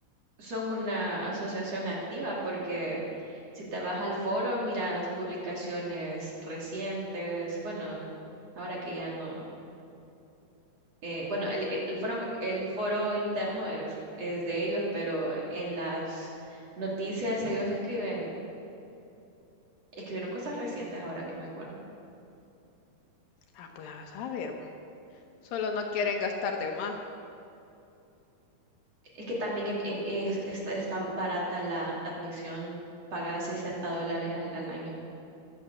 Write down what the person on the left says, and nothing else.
Ah, pues a saber. po. Solo no quieren gastar de más